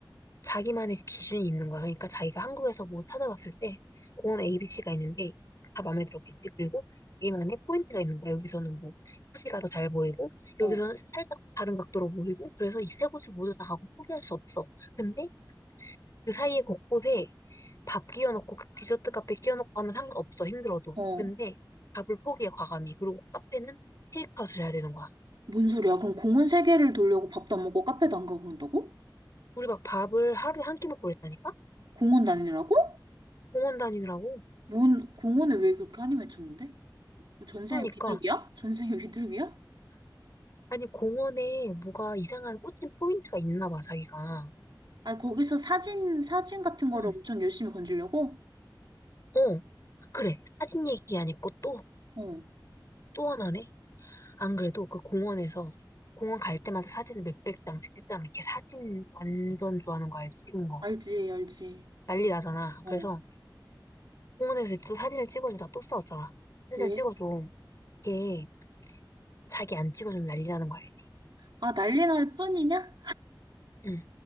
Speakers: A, on the left; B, on the right.
A: 자기만의 기준이 있는 거야. 그러니까 자기가 한국에서 뭐 찾아봤을 때 공원 A, B, C가 있는데 다 마음에 들었겠지. 그리고 자기만의 포인트가 있는 거야. 여기서는 뭐 후지가 더 잘 보이고
B: 어,
A: 여기서는 살짝 다른 각도로 보이고 그래서 이 세 곳을 모두 다 가고 포기할 수 없어. 근데 그 사이에 곳곳에 밥 끼워놓고 그 디저트 카페 끼워놓고 하면 상관없어 힘들어도
B: 어.
A: 근데 밥을 포기해 과감히 그리고 카페는 테이크아웃을 해야 되는 거야
B: 뭔 소리야? 그럼 공원 세 개를 돌려고 밥도 안 먹고 카페도 안 가고 그런다고?
A: 우리 막 밥을 하루에 한 끼 먹고 그랬다니까
B: 공원 다니느라고?
A: 공원 다니느라고
B: 뭔, 공원을 왜 그렇게 한이 맺혔는데? 뭐 전생에
A: 그러니까
B: 비둘기야? 전생에 <laughs> 비둘기야?
A: 아니 공원에 뭐가 이상한 꽂힌 포인트가 있나 봐 자기가
B: 아, 거기서 사진, 사진 같은 거를
A: 응
B: 엄청 열심히 건지려고?
A: 어 그래 사진 얘기 안 했고 또
B: 어.
A: 또 하나네 안 그래도 그 공원에서 공원 갈 때마다 사진을 몇백 장 찍겠다는 걔 사진 완전 좋아하는 거 알지 찍은 거
B: 알지, 알지.
A: 난리 나잖아
B: 어,
A: 그래서 공원에서 또 사진을 찍어주다 또 싸웠잖아. 사진을
B: 왜?
A: 찍어줘. 걔 자기 안 찍어주면 난리 나는 거 알지?
B: 아, 난리 날 뿐이냐?
A: 응.